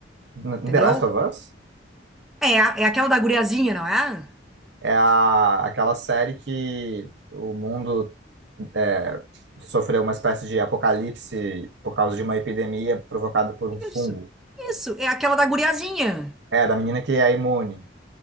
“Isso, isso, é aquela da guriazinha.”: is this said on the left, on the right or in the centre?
Centre